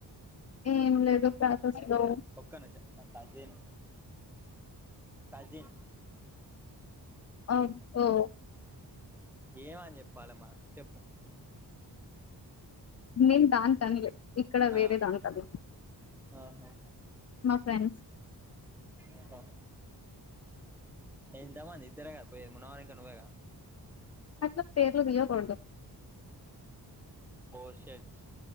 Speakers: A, on the left; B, in the centre.
A: ఏం లేదు క్లాసెస్ లో
B: ఒక్క నామ్ మా కజిన్ కజిన్
A: ఓ ఓ
B: ఏమని చెప్పాలమ్మా చెప్పు
A: నేను దానికిఅన్లే ఇక్కడ వేరే
B: ఆ,
A: దానికన్న
B: ఆహా
A: మా ఫ్రెండ్స్
B: ఆహా. ఎంతమంది ఇద్దరే గా పోయేది మున్నాగాడు ఇంకా నువ్వే గా
A: అట్లా పేర్లు పిలవకూడదు
B: ఓ షేట్